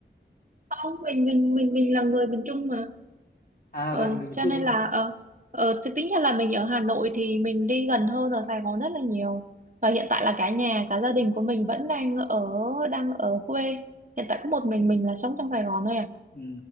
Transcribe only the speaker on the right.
không mình mình mình mình là người miền Trung mà
ờ
cho
nên là ờ ờ thì tính ra là mình ở Hà Nội thì mình đi gần hơn ở Sài Gòn rất là nhiều và hiện tại là cả nhà cả gia đình của mình vẫn đang ở đang ở quê hiện tại có một mình mình là sống trong Sài Gòn thôi à